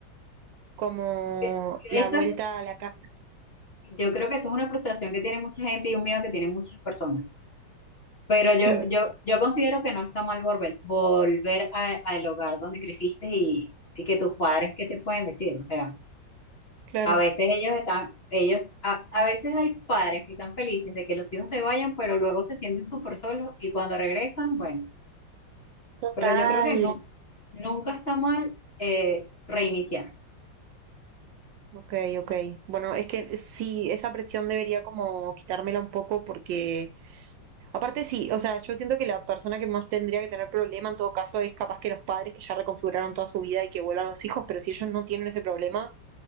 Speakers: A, on the right; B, on the left.
A: como
B: Que- que
A: la
B: Eso
A: vuelta
B: es,
A: a la casa. <laughs>
B: yo creo que eso es una frustración que tiene mucha gente y un miedo que tienen muchas personas. Pero
A: Sí,
B: yo, yo, yo considero que no está mal volver, volver a- al hogar donde creciste y, y que tus padres, ¿qué te pueden decir? O sea,
A: claro.
B: a veces ellos están, ellos, a, a veces hay padres que están felices de que los hijos se vayan, pero luego se sienten súper solos y cuando regresan, bueno,
A: Total.
B: pero yo creo que no, nunca está mal eh, reiniciar.
A: Ok, ok. Bueno, es que sí, esa presión debería como quitármela un poco porque Aparte, sí, o sea, yo siento que la persona que más tendría que tener problema en todo caso es capaz que los padres que ya reconfiguraron toda su vida y que vuelvan los hijos, pero si ellos no tienen ese problema,